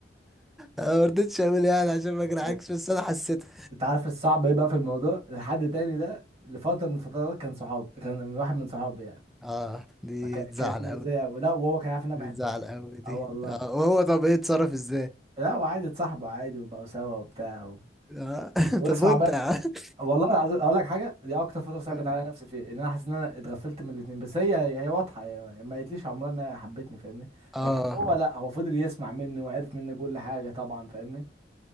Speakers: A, in the centre; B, on the right.
A: أنا ما رضيتش اقول يعني عشان ما اجرحكش
B: انت
A: بس انا حسيتها
B: انت عارف الصعب ايه بقى في الموضوع الحد تاني ده لفتره من الفترات كان صحاب كان من واحد من صحابي يعني
A: اه دي
B: فك-
A: تزعل
B: كانت مؤذيه
A: قوي
B: ولا وهو كان عارف ان انا
A: دي
B: بحبها
A: تزعل قوي دي
B: اه والله
A: اه وهو طب ايه اتصرف ازاي
B: لا وعادي اتصاحبوا عادي وبقوا سوا وبتاع و...
A: اه <laughs>
B: واسمع
A: طب وانت
B: بقى
A: يا عم؟ <laughs>
B: والله العظيم اقول لك حاجه دي اكتر فتره صعبت
A: قول
B: على
A: لي.
B: نفسي فيها ان انا حاسس ان انا اتغفلت من الاثنين بس هي هي واضحه يعني ما قالتليش عمرها انها حبتني فاهمني
A: اه
B: لكن هو لا هو فضل يسمع مني وعرف مني كل حاجه طبعا فاهمني